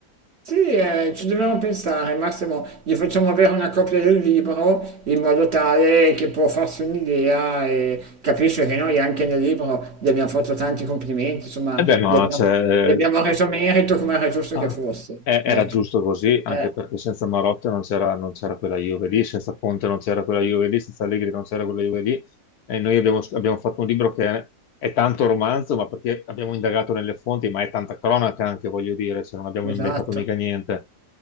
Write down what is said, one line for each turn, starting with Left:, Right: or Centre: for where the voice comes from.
Right: Sì, eh, ci dobbiamo pensare, Massimo, gli facciamo avere una copia del libro in modo tale che può farsi un'idea e capisce che noi anche nel libro gli abbiamo fatto tanti complimenti, insomma,
Left: E beh, ma
Right: gli abbiamo,
Left: cioè,
Right: gli abbiamo reso merito come era giusto
Left: ah,
Right: che fosse.
Left: e- era
Right: Ecco,
Left: giusto così, anche
Right: eh,
Left: perché senza Marotta non c'era non c'era quella Juve lì, senza Conte non c'era quella Juve lì, senza Allegri non c'era quella Juve lì. E noi abbiamo, abbiamo fatto un libro che è, tanto romanzo, ma perché abbiamo indagato nelle fonti, ma è tanta cronaca anche, voglio dire, se non abbiamo
Right: esatto.
Left: inventato mica niente.